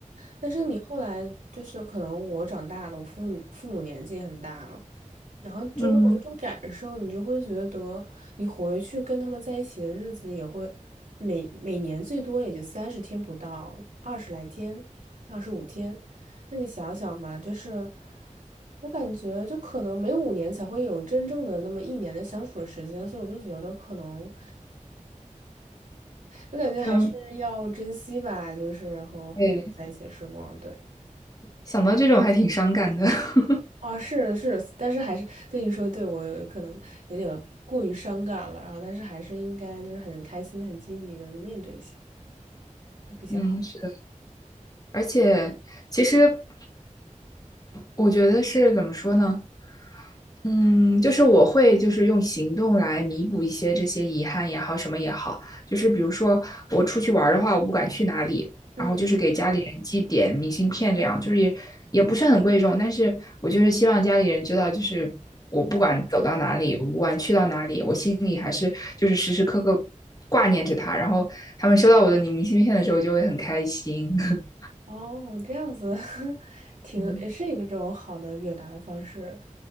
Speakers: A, on the right (about 75°); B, on the left (about 30°).
A: 但是你后来就是可能我长大了，我父母父母年纪也很大了，然后就会有一种感受，
B: 嗯
A: 你就会觉得你回去跟他们在一起的日子也会每每年最多也就三十天不到，二十来天，二十五天。那你想想嘛，就是我感觉就可能每五年才会有真正的那么一年的相处的时间，所以我就觉得可能，我感觉还是要珍惜吧，
B: 嗯，
A: 就是和父母在一起的时光。
B: 对，
A: 对，
B: 想到这种还挺伤感的。<laughs>
A: 啊，是是，但是还是对你说，对我有可能有点过于伤感了，然后但是还是应该就是很开心、很积极的面对一下，会比较好。
B: 嗯，是。而且其实我觉得是怎么说呢？嗯，就是我会就是用行动来弥补一些这些遗憾也好，什么也好，就是比如说我出去玩儿的话，我不管去哪里，
A: 嗯。
B: 然后就是给家里人寄点明信片，这样就是也也不是很贵重，但是我就是希望家里人知道，就是我不管走到哪里，我不管去到哪里，我心里还是就是时时刻刻挂念着他，然后他们收到我的明信片的时候就会很开心。<laughs>
A: 哦，这样子 <laughs>，挺也是一个这种好的表达的方式，
B: 嗯